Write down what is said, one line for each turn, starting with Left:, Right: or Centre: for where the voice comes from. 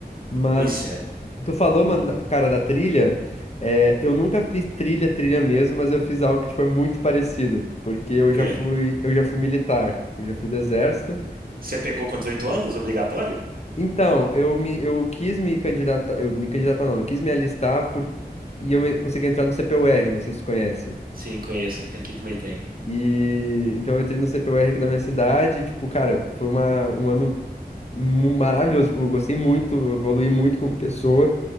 Left: Mas,
Right: Pois é.
Left: tu falou, mano, da- cara, da trilha. é, eu nunca fiz trilha, trilha mesmo, mas eu fiz algo que, tipo, é muito parecido. Porque eu
Right: O quê?
Left: já fui, eu já fui militar. Eu já fui do exército.
Right: Você pegou com 18 anos, obrigatório?
Left: Então, eu me, eu quis me candidatar, eu me candidatar não, eu quis me alistar por, e eu en- consegui entrar no CPUR, não sei se você conhece.
Right: Sim, conheço. Aqui também tem.
Left: E então eu entrei no CPUR aqui da minha cidade, e, tipo, cara, foi uma, um ano mu- maravilhoso, tipo, eu gostei muito, eu evoluí muito como pessoa.